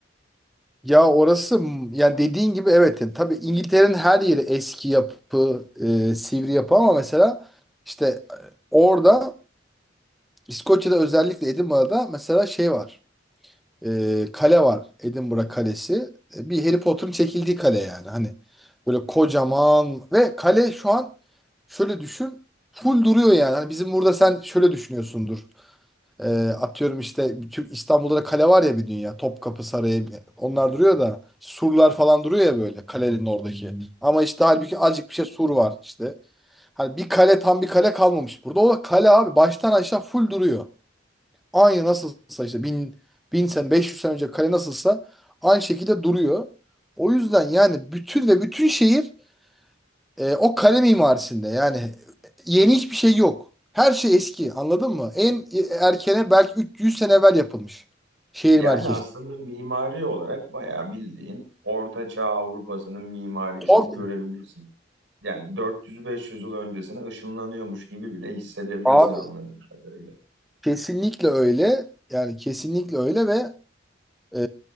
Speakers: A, in the centre; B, on the right (about 80°).
A: ya orası m- yani dediğin gibi evet yani tabii İngiltere'nin her yeri eski yapı e, sivri yapı ama mesela işte e, orada İskoçya'da özellikle Edinburgh'da mesela şey var E, kale var Edinburgh Kalesi E, bir Harry Potter'ın çekildiği kale yani hani böyle kocaman ve kale şu an şöyle düşün full duruyor yani hani bizim burada sen şöyle düşünüyorsundur Ee, atıyorum işte Türk İstanbul'da da kale var ya bir dünya. Topkapı Sarayı onlar duruyor da surlar falan duruyor ya böyle kalenin oradaki. Hmm. Ama işte halbuki azıcık bir şey sur var işte. Hani bir kale tam bir kale kalmamış burada. O kale abi baştan aşağı full duruyor. Aynı nasılsa işte bin, bin sene 500 sene önce kale nasılsa aynı şekilde duruyor. O yüzden yani bütün ve bütün şehir e, o kale mimarisinde yani yeni hiçbir şey yok. Her şey eski anladın mı? En erkene belki 300 sene evvel yapılmış şehir
B: Yani
A: merkezi.
B: aslında mimari olarak bayağı bildiğin Orta Çağ Avrupa'sının mimarisini
A: Tabii.
B: görebilirsin. Yani 400-500 yıl öncesine ışınlanıyormuş gibi bile hissedebilirsin
A: Abi
B: anladığım kadarıyla.
A: kesinlikle öyle. Yani kesinlikle öyle ve e,